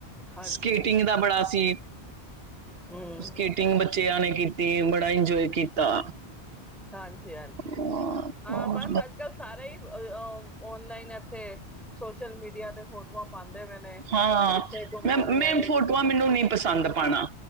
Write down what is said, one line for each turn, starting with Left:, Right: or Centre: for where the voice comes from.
Centre: ਹਾਂਜੀ
Right: ਸਕਿਟਿੰਗ ਦਾ ਬੜਾ ਸੀ
Centre: ਹਮ
Right: ਸੀਟਿੰਗ ਬੱਚੇ ਆਣੇ ਕੀ ਟੀਮ ਬੜਾ ਇੰਜੋਏ ਕੀਤਾ
Centre: ਹਾਂਜੀ ਹਾਂਜੀ
Right: ਹਾਂ
Centre: ਹਾਂ
Right: ਹੋਰ
Centre: ਬਸ ਅੱਜ ਕੱਲ੍ਹ ਸਾਰਾ ਹੀ ਅ ਔ ਔਨਲਾਈਨ ਇੱਥੇ ਸੋਸ਼ਲ ਮੀਡੀਆ ਤੇ ਫੋਟੋਆਂ ਪਾਉਂਦੇ ਪਏ ਨੇ
Right: ਹਾਂ
Centre: ਕੋਈ ਕਿੱਥੇ ਘੁੰਮਣ
Right: ਮੈਂ ਮੈਂ
Centre: ਗਿਆ ਕੋਈ
Right: ਫੋਟੋਆਂ
Centre: ਕਿੱਥੇ ਘੁੰਮਣ
Right: ਮੈਨੂੰ ਨਹੀਂ ਪਸੰਦ ਪਾਉਣਾ